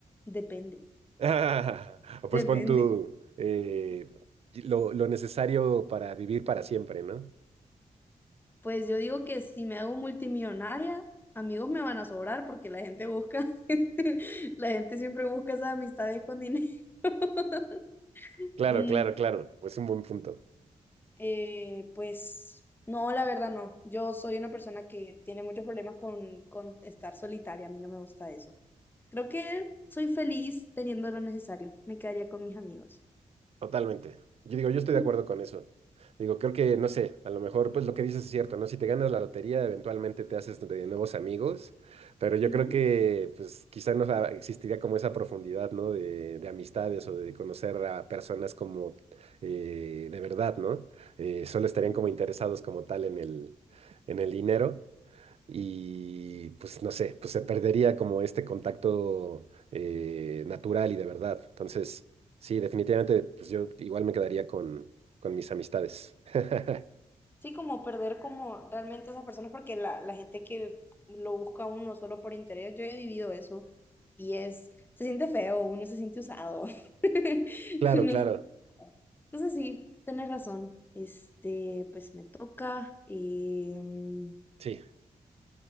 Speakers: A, on the left; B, on the right.
A: Depende,
B: Ah,
A: depende.
B: Pues pon tú eh, lo, lo necesario para vivir para siempre, ¿no?
A: Pues yo digo que si me hago multimillonaria, amigos me van a sobrar porque la gente busca, <laughs> la gente siempre busca esas amistades con dinero. <laughs>
B: Claro,
A: Mm,
B: claro, claro. Es un buen punto.
A: eh, pues no, la verdad no. Yo soy una persona que tiene muchos problemas con, con estar solitaria. A mí no me gusta eso. Creo que soy feliz teniendo lo necesario. Me quedaría con mis amigos.
B: Totalmente. Yo digo, yo estoy
A: Ujú,
B: de acuerdo con eso. Digo, creo que, no sé, a lo mejor pues lo que dices es cierto, ¿no? Si te ganas la lotería, eventualmente te haces de nuevos amigos, pero yo
A: ujú.
B: creo que pues quizá no sa- existiría como esa profundidad, ¿no? De, de amistades o de conocer a personas como eh, de verdad, ¿no? Eh, solo estarían
A: ujú.
B: como interesados como tal en el, en el dinero. y pues no sé, pues se perdería como este contacto eh, natural y de verdad. Entonces, sí, definitivamente, pues yo igual me quedaría con, con mis amistades. <laughs>
A: Sí, como perder como realmente esas personas, porque la, la gente que lo busca a uno solo por interés, yo he vivido eso y es, se siente feo, uno se siente usado. <laughs>
B: Claro,
A: Uno-
B: claro,
A: Entonces sí, tenés razón. Este, pues me toca. em,
B: sí.